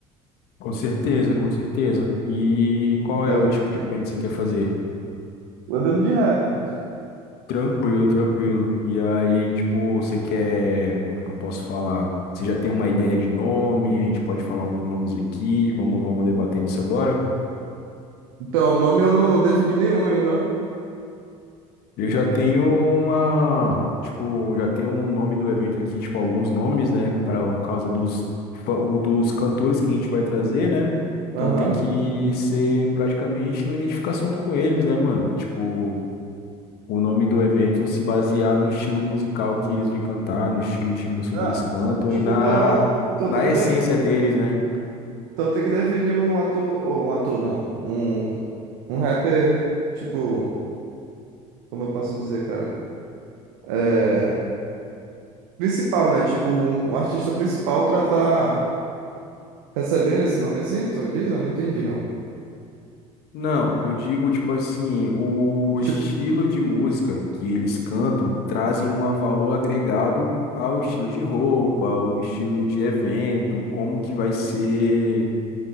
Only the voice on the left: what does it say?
com certeza, com certeza. E qual
é o tipo de evento que você quer fazer?
Tranquilo, tranquilo. E aí, tipo, você quer, como é que eu posso falar? Você já tem uma ideia de nome? A gente pode falar uns nomes aqui. Vamos, vamos debatendo isso agora.
Eu já tenho uma, tipo, já tenho um nome do evento aqui, tipo, alguns nomes, né, para causa dos fa- dos cantores que a gente vai trazer, né?
Então tem que ser praticamente uma identificação com eles, né, mano? Tipo, o nome do evento se basear no estilo musical que eles vêm cantar, no estilo de música
que eles cantam
e na,
na
essência
deles, né?
Não, eu digo tipo assim, o
estilo de música que eles cantam trazem um valor agregado ao estilo de roupa, ao estilo de evento, como que vai ser,